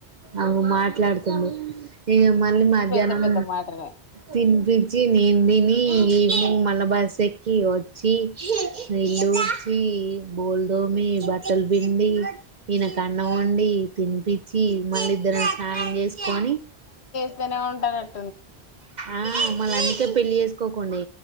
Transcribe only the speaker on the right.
అగో మాట్లాడుతుండు, ఇంగ్ మళీ మధ్యాహ్నం
తినిపి నేన్ దీని ఈవెనింగ్ మల్ల బాస్ ఏక్ కీవో ఛీ, ఇల్లుడ్చి బొల్లు దొమి బట్టల్ పిండి ఈయనకన్నం వండి తినిపిచ్చి మళ్ళీ ఇద్దరం స్నానం చేసుకొని
ఆ, మల కే పెళ్లి చేసుకోకుండి